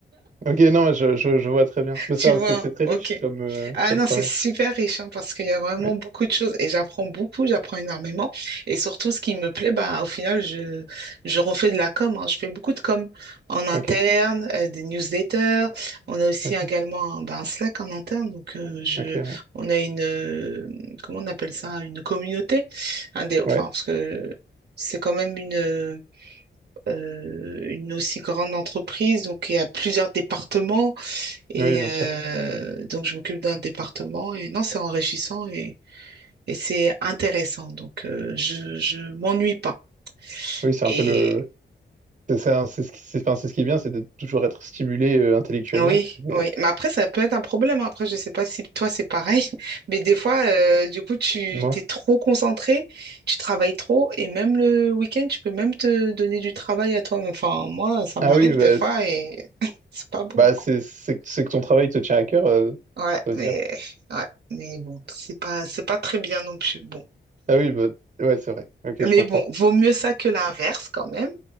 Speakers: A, on the right; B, on the right.
A: Ok, non, ouais, je, je, je vois très bien. Mais
B: Tu
A: ça,
B: vois,
A: c'est c'est très
B: ok.
A: riche comme, euh,
B: Ah
A: comme
B: non,
A: travail.
B: c'est super riche hein, parce qu'il y a vraiment
A: Ouais.
B: beaucoup de choses et j'apprends beaucoup, j'apprends énormément. Et surtout, ce qui me plaît, bah, au final, je, je refais de la com. hein. Je fais beaucoup de com en interne,
A: Ok,
B: euh, des newsletters. On a aussi
A: ok,
B: également un, bah, un Slack en interne. Donc, euh, je,
A: ok, ouais.
B: on a une, euh, comment on appelle ça, une communauté. Un des, enfin,
A: Ouais.
B: parce que c'est quand même une, euh, une aussi grande entreprise. Donc, il y a plusieurs départements. Et
A: Oui, bien
B: euh,
A: sûr.
B: donc, je m'occupe d'un département. Et non, c'est enrichissant et, et c'est intéressant. Donc, euh, je, je m'ennuie pas.
A: Oui, c'est
B: Et
A: un peu le. C'est ça, c'est ce qui, c'est enfin, c'est ce qui est bien, c'est de toujours être stimulé euh, intellectuellement.
B: ah oui, oui.
A: Et-
B: Mais après, ça peut être un problème. Après, je sais pas si toi, c'est pareil. <laughs> Mais des fois, euh, du coup, tu
A: Dis-moi.
B: t'es trop concentré, tu travailles trop. Et même le week-end, tu peux même te donner du travail à toi-même. Enfin, moi, ça
A: Ah
B: m'arrive
A: oui, bah,
B: des fois
A: c'est
B: et <laughs> c'est pas bon.
A: bah, c'est- c'est que c'est que ton travail te tient à cœur, euh,
B: Ouais,
A: ça veut
B: mais,
A: dire.
B: ouais, mais bon, c'est pas, c'est pas très bien non plus. Bon.
A: Ah oui, bah, ouais, c'est vrai. Ok,
B: Mais
A: je comprends.
B: bon, vaut mieux ça que l'inverse quand même.